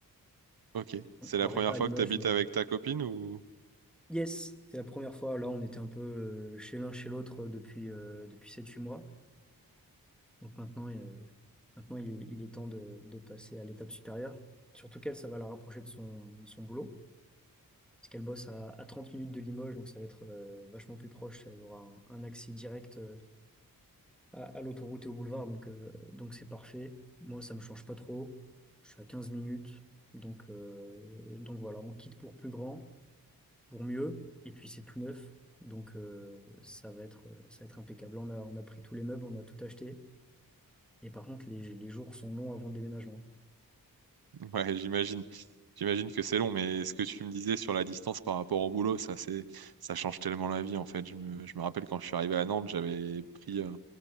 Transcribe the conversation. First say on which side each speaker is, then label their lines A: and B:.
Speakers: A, on the right (about 80°); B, in the centre.
A: Ok.
B: On
A: C'est
B: ne croirait
A: la première
B: pas à
A: fois
B: Limoges,
A: que tu habites
B: mais
A: avec
B: euh,
A: ta copine ou...
B: yes, c'est la première fois. Là, on était un peu euh, chez l'un chez l'autre euh, depuis, euh, depuis sept-huit mois. Donc maintenant, euh, maintenant il, est il est temps de, de passer à l'étape supérieure. Surtout qu'elle, ça va la rapprocher de son, de son boulot. Parce qu'elle bosse à, à 30 minutes de Limoges, donc ça va être euh, vachement plus proche. Elle aura un, un accès direct euh, à, à l'autoroute et au boulevard, donc euh, donc c'est parfait. Moi, ça me change pas trop. Je suis à 15 minutes, donc euh, donc voilà, on quitte pour plus grand, pour mieux, et puis c'est tout neuf, donc euh, ça va être ça va être impeccable. Là, On a on a pris tous les meubles, on a tout acheté, et par contre les, les jours sont longs avant le déménagement.
A: Ouais, j'imagine. J'imagine que c'est long, mais ce que tu me disais sur la distance par rapport au boulot, ça c'est, ça change tellement la vie en fait. Je me, je me rappelle quand je suis arrivé à Nantes, j'avais pris euh,